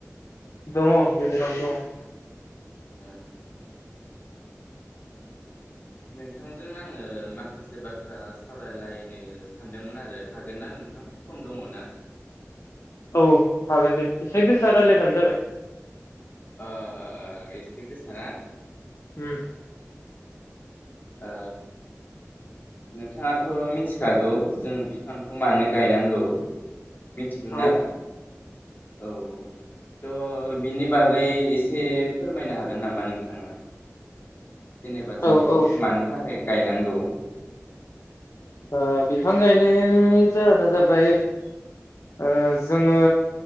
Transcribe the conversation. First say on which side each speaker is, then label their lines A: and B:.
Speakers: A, on the left; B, on the left.
A: दङ गेजेरावनो दङ।
B: ए नोंथांजों आङो माखासे बाथ्रा सावरायलायनो सानदोंमोन आरो हागोन ना नोंथां, सम दङ ना?
A: औ हागोन दे एसे गोसा रायलायबानो जाबाय
B: ओ-ओ-ओ एसे गोसा ना?
A: ओम।
B: ओ नोंथाङाथ' मिथिखागौ जों बिफांखौ मानो गायनांगौ? मिथिगौ ना?
A: औ
B: औ थ' बिनि बागै एसे फोरमायनो हागोन नामा नोंथाङा? जेनेबा जों
A: औ
B: बिफांखौ
A: औ ओ
B: मानि थाखाय गायनांगौ
A: ओ- बिफां गायनायनि जाहोना जाबाय ओ- जोङो